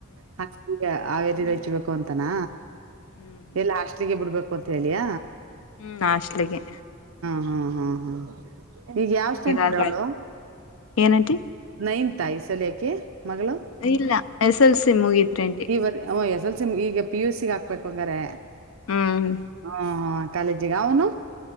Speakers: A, on the right; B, on the left.
A: ಹಾಗಿಗ ಹಾವೇರಿಗೆ ಹೆಚ್ಬೇಕು ಅಂತಾನ
B: ಹ್ಮ್
A: ಎಲ್ಲ ಹಾಸ್ಟೆಲಿಗೆ ಬಿಡ್ಬೇಕು ಅಂತ ತೇಳಿಯ.
B: ಹ್ಮ್ ಹಾಸ್ಟೆಲಿಗೆ.
A: ಹ್ಮ ಹಾ ಹಾ. ಈಗ್ ಯಾವ್ ಸ್ಟ್ಯಾಂಡಡ್
B: ಆದ್ರ
A: ಅವ್ಳು
B: ಏನಂಟಿ
A: ನೈನ್ಂತ ಈ ಸಲಿ ಆಕಿ. ಮಗಳು.
B: ಇಲ್ಲ ಎಸ್ ಎಲ್ ಸಿ ಮುಗೀತ್ರಿ ಅಂಟಿ
A: ಈವರ್ ಅಮ್ಮ ಎಸ್ ಎಲ್ ಸಿ ಮುಗ್ಯಾಗ್ ಗಿಗ್ ಈಗ ಪಿ ಯು ಸಿ ಹಾಕ್ಬೇಕು ಹಂಗಾರೆ.
B: ಹ್ಮ್
A: ಹಾ ಹಾ. ಕಾಲೇಜಿಗ್ ಅವ್ನು.